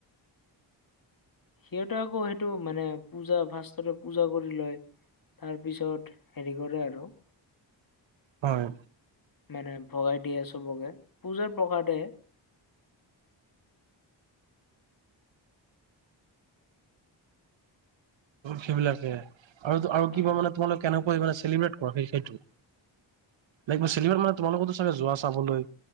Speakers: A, on the left; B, on the right.
A: সিহঁতে আকৌ সেইটো মানে পূজা ফাসততে পূজা কৰি লয় তাৰপিছত। হেৰি কৰে আৰু।
B: হয়।
A: মানে ভগাই দিয়ে চবকে পূজাৰ প্ৰসাদে।
B: সেইবিলাকে আৰু আৰু
A: অ
B: কিবা মানে তোমালোক কেনেকৈ মানে চেলিব্ৰেট কৰা সেই সেইটো। লাইক ম চেলিব্ৰেইট মানে তোমালোকে তো চাগে যোৱা চাবলৈ